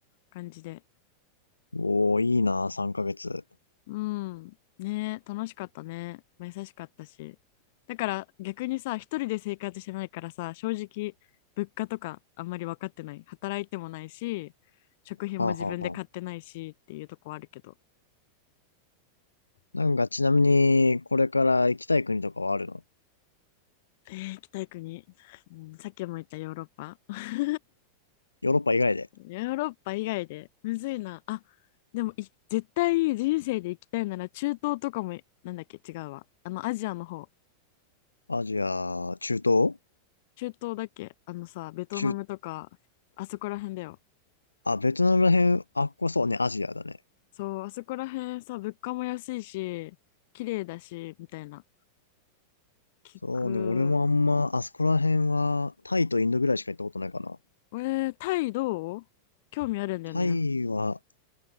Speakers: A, on the left; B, on the left.
A: 感じで
B: おー、いいな、3ヶ月。は
A: うん。ねえ、楽しかったね。まあ優しかったし。だから逆にさ、一人で生活してないからさ、正直、物価とかあんまり分かってない。働いてもないし、食品も自分で買ってないしっていうとこはあるけど。
B: あはあはあ。なんかちなみに、これから行きたい国とかはあるの
A: えー、行きたい国、うん、さっきも言ったヨーロッパ。<laughs>
B: ヨーロッパ以外で。
A: ヨーロッパ以外で、むずいな。あ、でもい絶対人生で行きたいなら中東とかも、なんだっけ、違うわ。あの、アジアの方。
B: アジア、中東
A: 中東だっけあのさ、ベトナムとか、
B: 中、
A: あそこら辺だよ。
B: あ、ベトナムら辺、あっこそうね、アジアだね。
A: そう、あそこら辺さ、物価も安いし、綺麗だし、みたいな。聞く。
B: そうね、俺もあんま、あそこら辺は、タイとインドぐらいしか行ったことないかな。
A: えー、タイどう興味あるんだよね。
B: タイは、